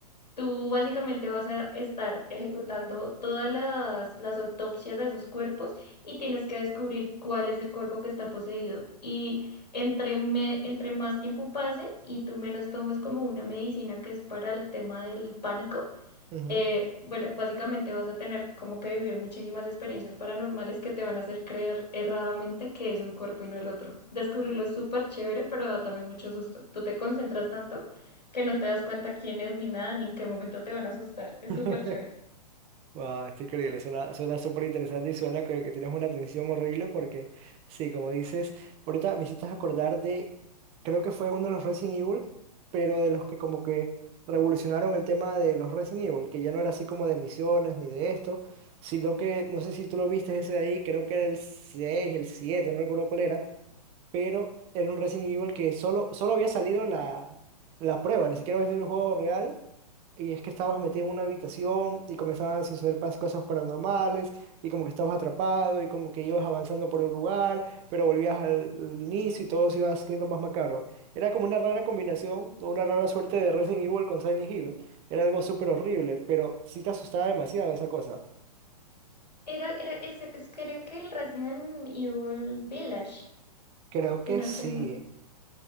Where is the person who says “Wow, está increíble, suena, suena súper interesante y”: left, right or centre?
Right